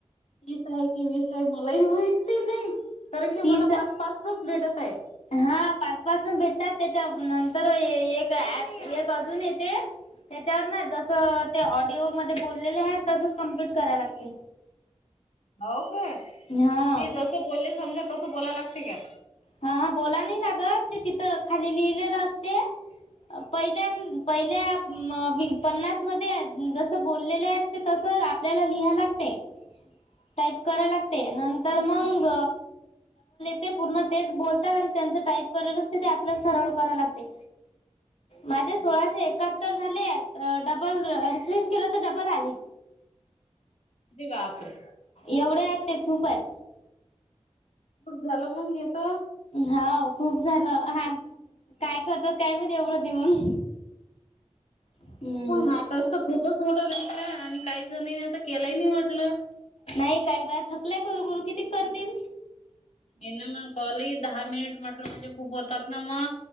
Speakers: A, on the left; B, on the left.
A: तीस आहे की वीस आहे मलाही माहिती नाही कारण की
B: तीस
A: मला पाच, पाचच भेटत आहे
B: हा पाच पाासून भेटतात त्याच्या नंतर एक ए अजून येते त्याच्यावर ना जसं ते ऑडिओमध्ये बोललेले आहेत तसच कम्प्लीट करायला लागते
A: हो का
B: हा
A: ती जसं बोलली समजा तसं बोलायला लागते काय
B: हा बोलायला नाही लागत ते तिथं खाली लिहिलेलं असते पहिल्या पहिल्या पन्नासमध्ये जसं बोललेले आहेत ते तसं आपल्याला लिहाय लागते टाईप करायला लागतंय नंतर मग तेच पूर्ण बोलतात आणि त्यांच टाईप करल असते ते आपल्या सरळ करायला लागते माझे सोळाशे
A: हो काय?
B: एकाहत्तर झाले डबल रिफ्रेश केलं तर डबल आले
A: अरे बापरे
B: एवढं आहेत ते खूप आहेत
A: खूप झालं मग हेत
B: हा खूप झालं ह काय करतात काय माहित एवढं देऊन हम्म
A: हा टास्क तर खूपच मोठा दिसला आणि काही जणांनी तर केलाही नाही वाटलं
B: नाही काही बाया थकल्या करू, करू किती करतील
A: यांना मग कॉल दहा मिनिट म्हटलं म्हणजे खूप होतात ना मग